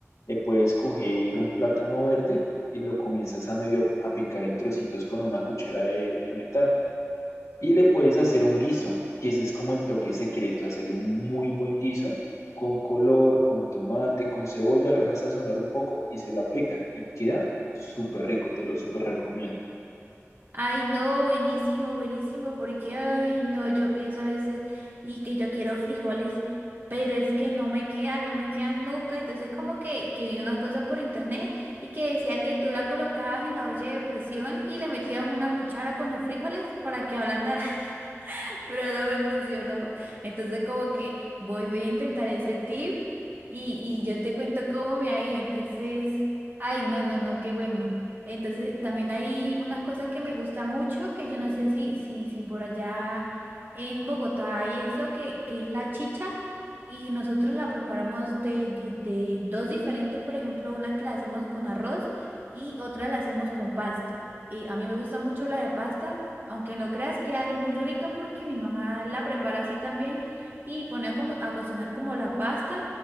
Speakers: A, on the left; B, on the right.
A: le puedes coger un plátano verde y lo comienzas a medio a picar en trocitos con una cuchara de, de metal y le puedes hacer un guiso, que ese es como el toque secreto, hacerle un muy buen guiso con color, con tomate, con cebolla, lo dejas sazonar un poco y se lo aplicas y queda súper rico, te lo súper recomiendo.
B: Ay, no, buenísimo, buenísimo, porque ay, no, yo pienso a veces y que yo quiero frijoles, pero es que no me quedan, no me quedan nunca. Entonces como que, que vi unas cosas por internet y que decía que tú la colocabas en la olla de presión y le metías una cuchara con los frijoles para que ablandaran. <laughs> pero no me funcionó. Entonces como que voy, voy a intentar ese tip y, y yo te cuento cómo me ha ido. Entonces, ay, no, no, no, qué bueno. Entonces, también hay una cosa que me gusta mucho, que yo no sé si, si, si por allá en Bogotá hay eso, que, que es la chicha. Y nosotros la preparamos de, de de dos diferentes, por ejemplo, una que la hacemos con arroz y otra la hacemos con pasta. Y a mí me gusta mucho la de pasta, aunque no creas que haga muy rica porque mi mamá la prepara así también y pone a, como- a cocinar como la pasta